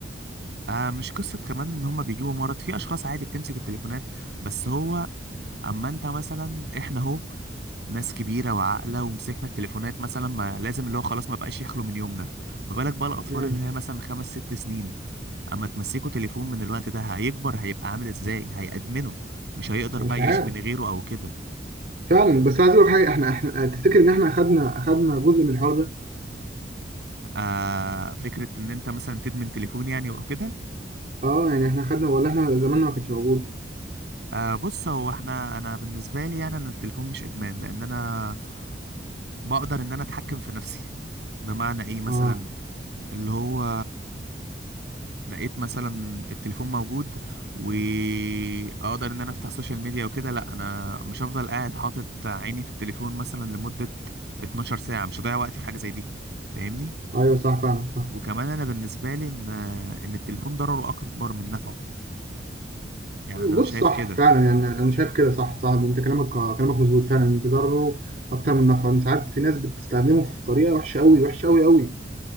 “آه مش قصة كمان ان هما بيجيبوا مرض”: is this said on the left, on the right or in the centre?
Right